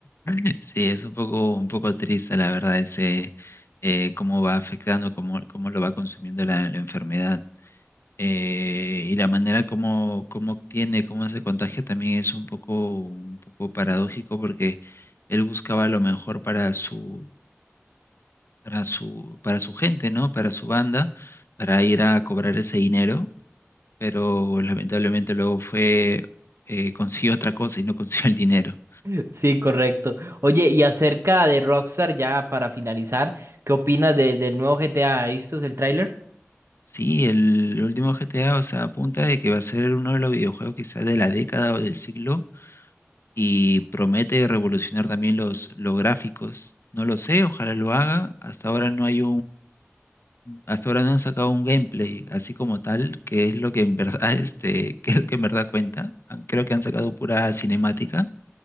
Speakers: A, on the left (about 60°); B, on the right (about 65°).
A: <laughs> Sí, es un poco, un poco triste la verdad ese eh, cómo va afectando, cómo, cómo lo va consumiendo la, la enfermedad. Eh, y la manera como, como tiene, cómo se contagia también es un poco, un poco paradójico porque él buscaba lo mejor para su para su, para su gente, ¿no? Para su banda, para ir a cobrar ese dinero, pero lamentablemente luego fue, eh, consiguió otra cosa y no <laughs> consiguió el dinero.
B: <laughs> Sí, correcto. Oye, y acerca de Rockstar, ya para finalizar, ¿qué opinas de, del nuevo GTA? ¿Visto el tráiler?
A: Sí, el último GTA, o sea, apunta de que va a ser uno de los videojuegos quizás de la década o del siglo y promete revolucionar también los, los gráficos. No lo sé, ojalá lo haga. Hasta ahora no hay Hasta ahora no han sacado un gameplay así como tal, que es lo que en verdad, <laughs> este, que es lo que en verdad cuenta. Ah, Creo que han sacado pura cinemática